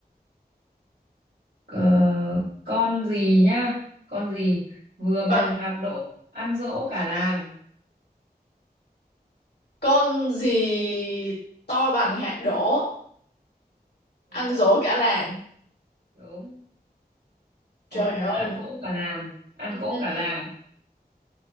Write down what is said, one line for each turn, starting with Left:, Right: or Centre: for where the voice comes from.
Right: ờ, con gì nhá? Con gì vừa bằng
Left: Còn
Right: hạt đỗ ăn dỗ cả làng.
Left: con gì to bằng hạt đỗ,
Right: Đúng
Left: ăn
Right: rồi,
Left: dỗ cả làng.
Right: đúng.
Left: Trời
Right: Hoặc là
Left: ơi,
Right: ăn cỗ cả làng, ăn
Left: Ừ,
Right: cỗ cả làng.